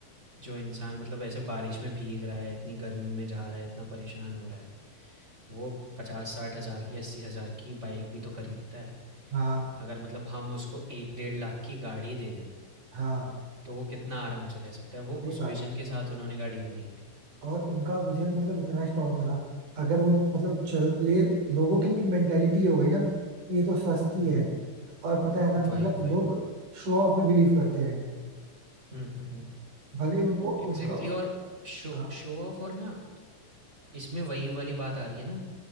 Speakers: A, on the right; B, on the right.
A: जो इंसान मतलब ऐसे बारिश में भीग रहा है, इतनी गर्मी में जा रहा है, इतना परेशान हो रहा है वो 50-60 हज़ार की 80 हज़ार की बाइक भी तो खरीदता है
B: हाँ
A: अगर मतलब हम उसको एक डेढ़ लाख की गाड़ी दे दें
B: हाँ
A: तो वो कितना आराम से रह सकता है वो
B: सही
A: उस
B: बात
A: विजन के साथ उन्होंने गाड़ी बनाई थी
B: और उनका विजन मतलब इतना स्ट्रांग था ना अगर वो मतलब चल ये लोगों की लेकिन मेंटेलिटी ये हो गई ना कि ये तो सस्ती
A: हम्म
B: है
A: हम्म
B: और पता है ना
A: वही
B: मतलब
A: वही
B: लोग शो ऑफ में बिलीव करते हैं
A: हम्म हम्म हम्म
B: भले ही उनको
A: एग्जैक्टली
B: उनका
A: और शो
B: हाँ
A: शो ऑफ और ना इसमें वही वाली बात आ रही है ना